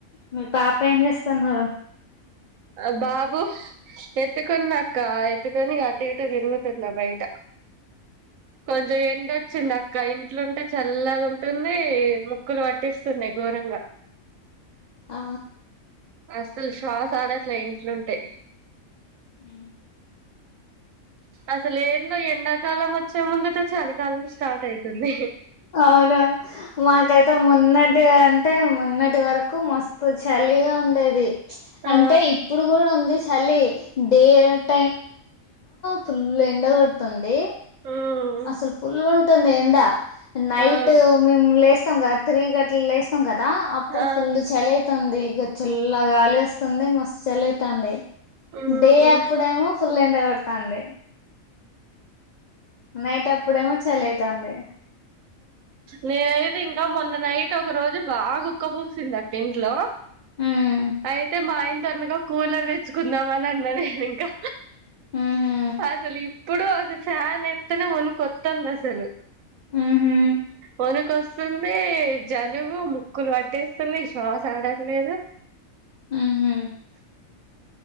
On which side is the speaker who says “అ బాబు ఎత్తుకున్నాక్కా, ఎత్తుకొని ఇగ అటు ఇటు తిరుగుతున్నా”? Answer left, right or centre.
Right